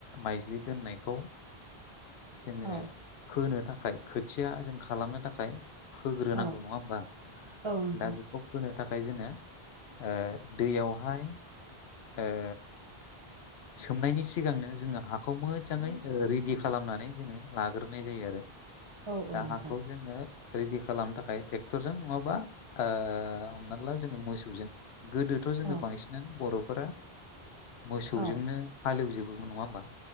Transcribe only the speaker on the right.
औ
औ
औ नोंथां
औ औ
नोंथां
औ
औ